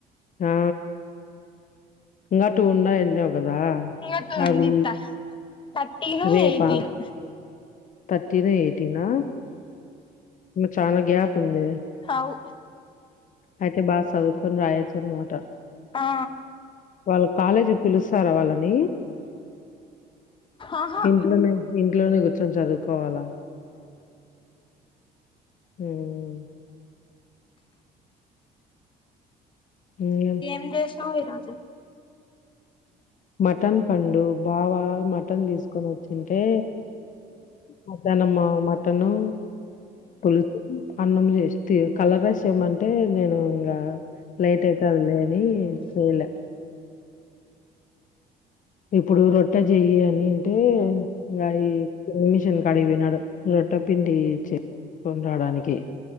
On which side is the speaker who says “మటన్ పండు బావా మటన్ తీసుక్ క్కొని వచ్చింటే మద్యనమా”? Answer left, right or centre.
Left